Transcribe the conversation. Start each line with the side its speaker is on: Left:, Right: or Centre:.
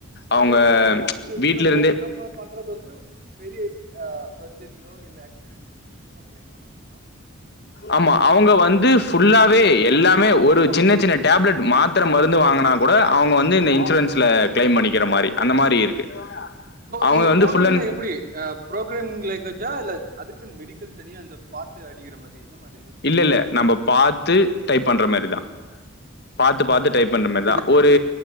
Left: அவங்க
Right: ஓகே இது வந்து
Left: வீட்ல
Right: நம்ம
Left: இருந்தே
Right: நம்ம பண்றது வந்து பெரி ஆ சர்ஜரியோ இல ஆக்சிடெட் முடிச்சதா கிளைம் பண்ண முடியு
Left: ஆமா அவங்க வந்து புல்லாவே
Right: சின்ன சின்ன
Left: எல்லாமே ஒரு சின்ன சின்ன டேப்லெட் மாத் மாத்திர மருந்து வாங்கினா கூட அவங்க வந்து இந்த இன்சூரன்ஸ்ல கிளைம் பண்ணிக்கிற மாரி அந்த மாரி இருக்கு
Right: இப்ப
Left: அவங்க வந்து
Right: கோடர்னா
Left: ஃபுல் அண்ட்
Right: எப்படி ஆ ப்ரோக்ராமிங் லாங்குவேஜ இல்ல அதுக்கு மெடிக்கல் தனியா அந்த பாத்து அடிகிற மாரி என்ன மாரி அது கோடட்னா?
Left: இல்ல இல்ல நம்ம பார்த்து டைப் பண்ற மாரி தா பாத்து பாத்து
Right: ஓகே.
Left: டைப் பண்ற மாரி
Right: அதுக்கு
Left: தா ஒரு